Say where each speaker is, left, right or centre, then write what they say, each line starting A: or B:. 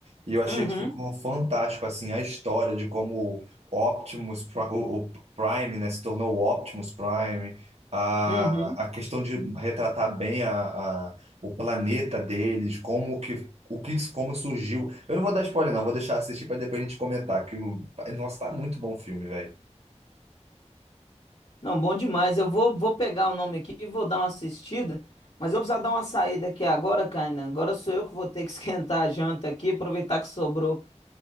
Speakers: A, on the right; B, on the left.
A: e eu achei
B: Uhum,
A: que ficou fantástico, assim, a história de como o Optimus, Pri- o, o Prime, né, se tornou o Optimus Prime, a,
B: uhum.
A: a questão de retratar bem a, a- o planeta deles, como que. O que, como surgiu. Eu não vou dar spoiler, não. Vou deixar assistir para depois a gente comentar. Que o... Nossa, tá muito bom o filme, velho.
B: Não, bom demais. Eu vou, vou pegar o nome aqui e vou dar uma assistida. Mas eu vou precisar dar uma saída aqui agora, Kainan. Agora sou eu que vou ter que <laughs> esquentar a janta aqui. Aproveitar que sobrou